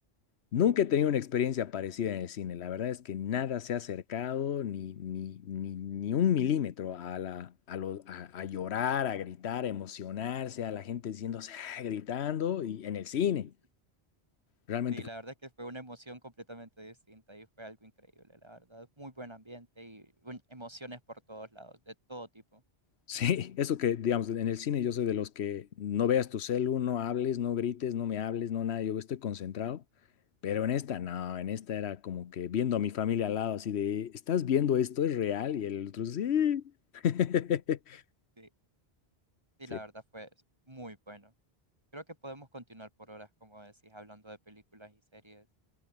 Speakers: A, on the left; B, on the right.
A: nunca he tenido una experiencia parecida en el cine. La verdad es que nada se ha acercado ni, ni, ni, ni un milímetro a, la, a, lo- a, a llorar, a gritar, a emocionarse, a la gente diciéndose, <laughs> "Ah", gritando y en el cine.
B: <laughs>
A: Realmente
B: Sí, la verdad es que fue una emoción completamente distinta y fue algo increíble, la verdad. Muy buen ambiente y un- emociones por todos lados, de todo tipo.
A: Sí, eso que, digamos, en el cine yo soy de los que no veas tu celu, no hables, no grites, no me hables, no nada, yo estoy concentrado, pero en esta no, en esta era como que viendo a mi familia al lado, así de, ¿estás viendo esto? ¿Es real? Y el otro, sí. <laughs>
B: Sí, sí,
A: Sí.
B: la verdad fue muy bueno. Creo que podemos continuar por horas, como decís, hablando de películas y series.